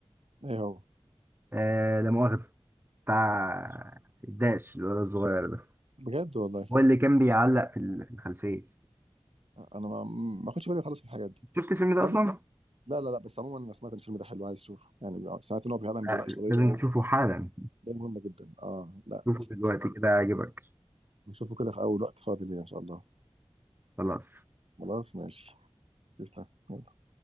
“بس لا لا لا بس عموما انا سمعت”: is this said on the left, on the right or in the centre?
Right